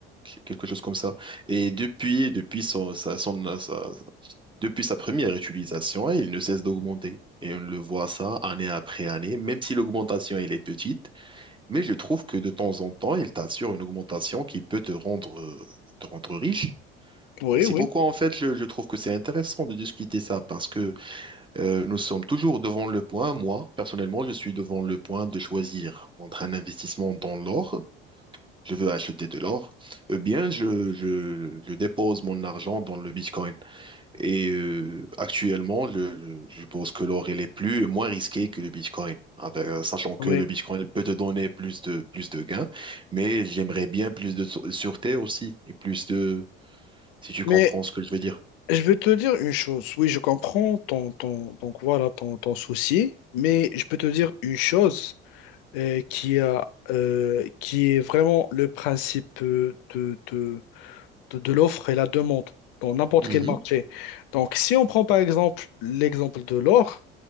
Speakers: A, on the right; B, on the left.
A: quelque chose comme ça. Et depuis, depuis son, sa, son- sa- depuis sa première utilisation, il ne cesse d'augmenter. Et on le voit ça année après année, même si l'augmentation elle est petite, mais je trouve que de temps en temps, il t'assure une augmentation qui peut te rendre, euh, te rendre riche.
B: Oui,
A: Et c'est
B: oui,
A: pourquoi, en fait, je, je trouve que c'est intéressant de discuter ça, parce que euh, nous sommes toujours devant le point, moi, personnellement, je suis devant le point de choisir entre un investissement dans l'or je veux acheter de l'or, eh bien, je, je, je dépose mon argent dans le Bitcoin. Et euh, actuellement, je, je, je pense que l'or, il est plus, moins risqué que le Bitcoin, avec, euh, sachant que
B: oui.
A: le Bitcoin peut te donner plus de, plus de gains, mais j'aimerais bien plus de sû- sûreté aussi, et plus de, si tu
B: Mais
A: comprends ce que je veux dire.
B: je vais te dire une chose. Oui, je comprends ton, ton, donc voilà, ton, ton souci, mais je peux te dire une chose euh, qui a, euh, qui est vraiment le principe euh, de, de, de, de l'offre et la demande dans n'importe
A: Mhm.
B: quel marché. Donc, si on prend par exemple l'exemple de l'or,